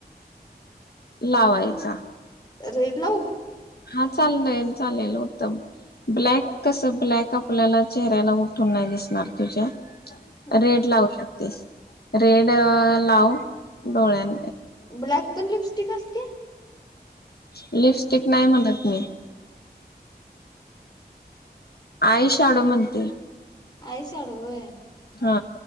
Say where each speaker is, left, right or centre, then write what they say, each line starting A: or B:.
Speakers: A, on the left (about 65°); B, on the left (about 25°).
A: लावायचा
B: रेलव
A: हा चालल चालेल उत्तम ब्लॅक कस ब्लॅक आपल्याला चेहऱ्याला उठून नाही दिसणार तुझ्या
B: हम्म
A: रेड लावू शकतेस रेड लावू डोळ्यां
B: ब्लॅक पर्न लिपस्टिकस क
A: लिपस्टिक नाही म्हणत मी आई शाडू म्हणते
B: आईशडय
A: हा